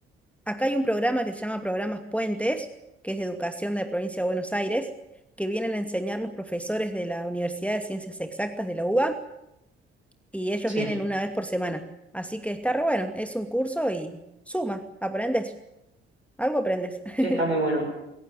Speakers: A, in the centre; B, on the right (about 85°).
A: acá hay un programa que se llama Programas Puentes, que es de educación de la provincia de Buenos Aires, que vienen a enseñarnos profesores de la Universidad de Ciencias Exactas de la UBA y ellos
B: Sí,
A: vienen una vez por semana. Así que está re bueno, es un curso y suma, aprendes, algo aprendes. <laughs>
B: sí, está muy bueno.